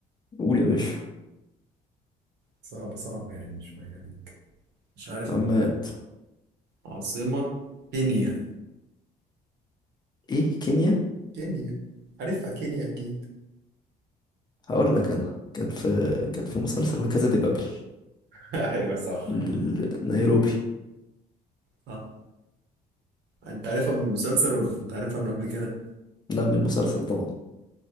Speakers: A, on the left; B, on the right.
A: قول يا باشا
B: صعب صعب يعني شوية عليك مش عارف
A: عمات
B: أكتر. عاصمة كينيا
A: ايه كينيا
B: كينيا عارفها كينيا أكيد
A: هقول لك انا كانت في كانت في مسلسل لا كازا دي بابل
B: <laughs> ايوه صح
A: ال- نيروبي
B: صح انت عارفها من المسلسل ولا كنت عارفها من قبل كده؟
A: نعمل المسلسل طبعا